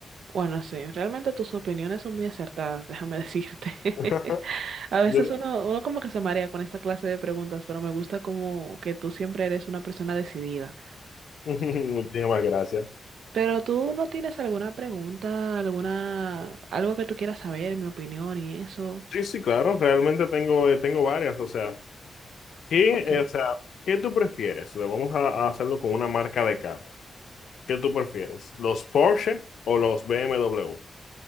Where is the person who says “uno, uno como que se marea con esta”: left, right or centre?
Right